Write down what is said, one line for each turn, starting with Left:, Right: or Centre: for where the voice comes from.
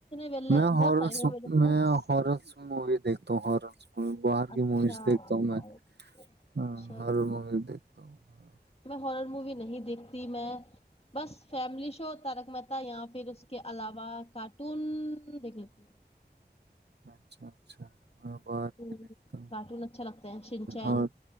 Left: ویلے
Right: میں
Left: بہت
Right: ہلس
Left: ٹائم ہے میرے پاس
Right: میں ہلس مووی دیکھتا ہوں ہلس می باہر
Left: اچھا
Right: کی موویز دیکھتا ہوں
Left: اچھا
Right: میں ہاں ہر
Left: اچھا
Right: موویز دیکھتا ہوں ہاں
Left: ہر مووی نہیں دیکھتی میں بس فیملی شو تارک متا یا پھر اس کے علاوہ کارٹون دیکھ لیتی ہ
Right: اچھا اچھا ہ بر
Left: ہوں
Right: کے نکتا
Left: کارٹون اچھا لگتا ہے شنچین
Right: اور